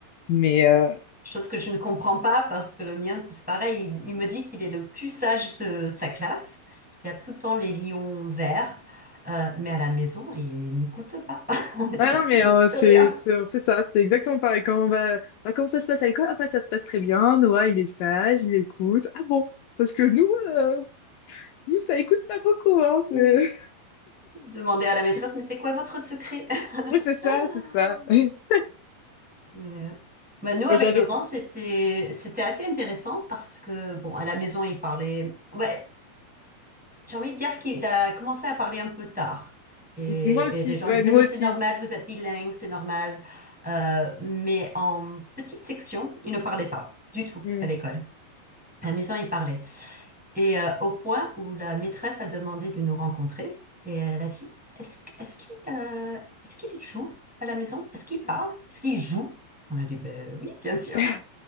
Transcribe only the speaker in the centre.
chose que je ne comprends pas parce que le mien, c'est pareil, il, il me dit qu'il est le plus sage de sa classe, qu'il a tout le temps les lions verts, euh, mais à la maison, il n'écoute pas. <laughs>
Il n'écoute
rien.
Oui. Demandez à la maîtresse, mais c'est quoi votre secret? <laughs>
Mais, euh, bah, nous, avec
le grand, c'était, c'était assez intéressant parce que, bon, à la maison, il parlait. ouais, J'ai envie de dire qu'il a commencé à parler un peu tard. Et,
et les gens
disaient,
mais c'est normal, vous êtes bilingue, c'est normal. Euh, mais en petite section, il ne parlait pas du tout
à l'école. À la maison, il parlait. Et euh, au point où la maîtresse a demandé de nous rencontrer, et elle a dit, est-ce, est-ce qu'il euh, est-ce qu'il joue à la maison? Est-ce qu'il parle? Est-ce qu'il joue? On a dit, ben oui, bien sûr.